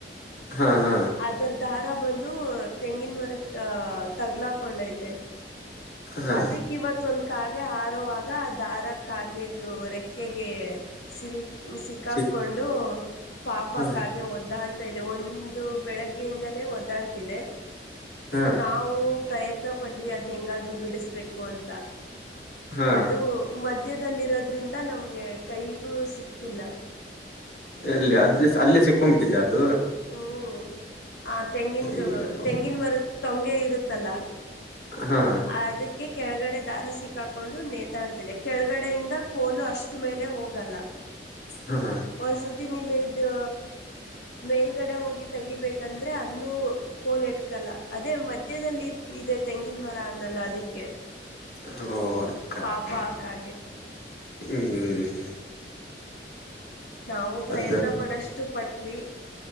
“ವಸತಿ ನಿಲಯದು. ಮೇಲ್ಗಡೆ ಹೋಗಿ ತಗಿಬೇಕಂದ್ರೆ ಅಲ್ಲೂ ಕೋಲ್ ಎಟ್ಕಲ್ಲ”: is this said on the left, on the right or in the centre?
Left